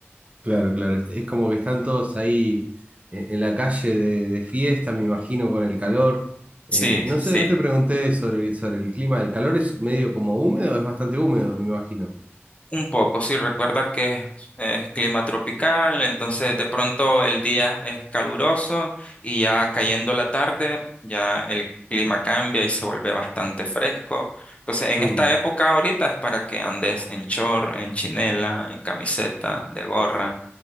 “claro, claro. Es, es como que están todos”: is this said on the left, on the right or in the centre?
Right